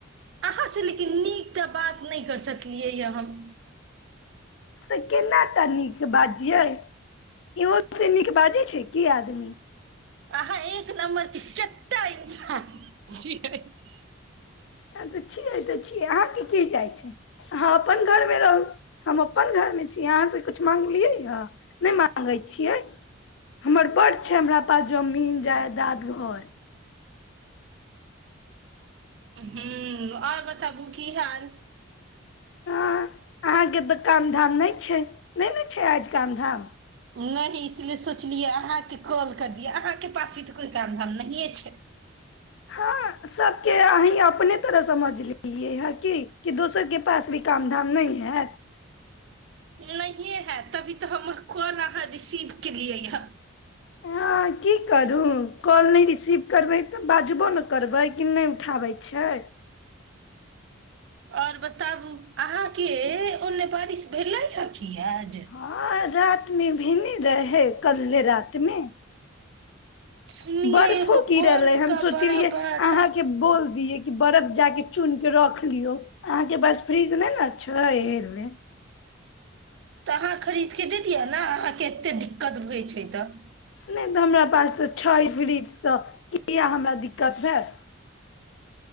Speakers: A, on the right; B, on the left.
A: अहाँ से लेकिन नीक तऽ बात नहि कर सकलियै या हम
B: तऽ केना तनी बाजियै इहो से नीक बाजै छै की आदमी
A: आहाँ एक नंबर के चो- <unintelligible>
B: हँ तऽ छियै तऽ छियै अहाँके की जाइ छै अहाँ अपन घरमे रहू हम अपन घरमे छी अहाँ से किछु मागलियै हन नहि मागै छियै हमर बड्ड छै हमरा पास जमीन जायदाद घर
A: हूँ आओर बताबू की हाल
B: हँ अहाँके तऽ काम धाम नहि छै नहि ने छै आज काम धाम
A: नहि इसलिए सोचलियै अहाँके कॉल कर दिय अहाँके पास भी तऽ कोइ काम धाम नहियै छै
B: हँ सबके अहीं अपने तरह समझ लेलियै हँ की दोसर के पास भी काम धाम नहि हाएत
A: नहि हें हाएत तभी तऽ हमर कॉल अहाँ रिसीव केलियै ह
B: हँ की करू कॉल नहि रिसीव करबै तऽ बाजबो ने करबै कि नहि उठाबै छै
A: ओर बताबू अहाँके ओने बारिश भेलै या की ई हाए जे
B: हँ रात मे भेलै रहै कलहे रातमे
A: सुनिये
B: बर्फो
A: एगो
B: गिरल
A: बर्फ
B: अइ हम
A: का
B: सोचलियै
A: बड़ा बड़ा
B: अहाँके
A: टा तऽ
B: बोल दियै की बर्फ जाके चुन के रख लियौ अहाँ के पास फ्रिज नेय न छै एय लिए
A: तऽ अहाँ खरीदके दे दियअ ने अहाँके एते दिक्कत होइ छै तऽ
B: नहि तऽ हमरा पास तऽ छै फ्रिज त किया हमरा दिक्कत हाएत